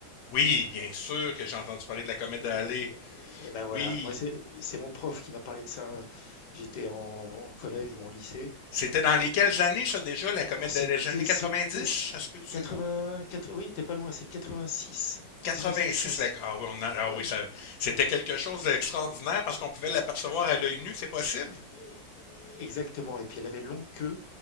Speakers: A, on the left (about 80°); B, on the left (about 65°).
A: Oui, bien sûr que j'ai entendu parler de la comète
B: Et,
A: de Halley.
B: et ben voilà,
A: Oui,
B: moi c'est c'est mon prof qui m'a parlé de ça. euh, J'étais en, en collège ou en lycée.
A: c'était dans
B: Euh,
A: les quelles années ça déjà, la comète
B: C'était
A: des années quatre-vingt-dix
B: c'était c'est
A: Ça se peut-tu?
B: 80, 80 oui, t'es pas loin, c'est 86,
A: 86,
B: 1986.
A: la- ah oui, on a- ah
B: Ouais.
A: oui, ça- c'était quelque chose d'extraordinaire parce qu'on pouvait l'apercevoir à l'œil nu, c'est possible.
B: et- et- Exactement. Et puis elle avait une longue queue,